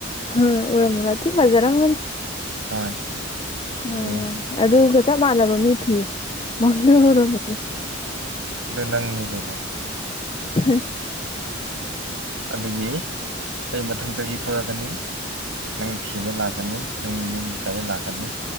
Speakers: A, on the left; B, on the right.
A: ꯍꯝ ꯎꯔꯃꯔ ꯊꯤ ꯍꯖꯔ ꯃꯒꯗꯤ
B: ꯍꯣꯏ
A: ꯃꯥꯅꯤ
B: ꯐꯖꯩ
A: ꯃꯥꯅꯤ ꯑꯗꯨꯒ ꯆꯞ ꯃꯥꯟꯅꯕ ꯃꯤ ꯊꯤꯌꯨ ꯃꯥꯡꯗꯍꯔꯕꯣ
B: ꯗꯅꯪꯅꯤꯒꯩꯅꯣ
A: ꯑ
B: ꯑꯗꯨꯗꯒꯤ ꯑꯩ ꯃꯊꯪ ꯆꯍꯤ ꯊꯣꯛꯂꯛꯀꯅꯤ ꯅꯪ ꯊꯤꯕ ꯂꯥꯛꯀꯅꯤ ꯅꯪꯒꯤ ꯌꯨꯝꯗ ꯇꯥꯏꯕ ꯂꯥꯛꯀꯅꯤ